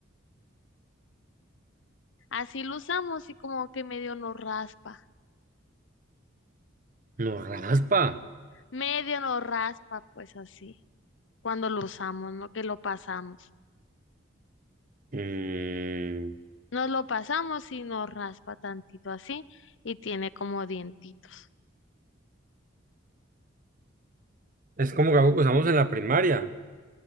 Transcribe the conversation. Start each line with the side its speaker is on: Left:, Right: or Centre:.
Left: Así lo usamos y como que medio nos raspa.
Right: No raspa.
Left: Medio nos raspa, pues así. Cuando lo usamos, no que lo pasamos.
Right: Mm,
Left: Nos lo pasamos y nos raspa tantito así y tiene como dientitos.
Right: Es como que algo que usamos en la primaria.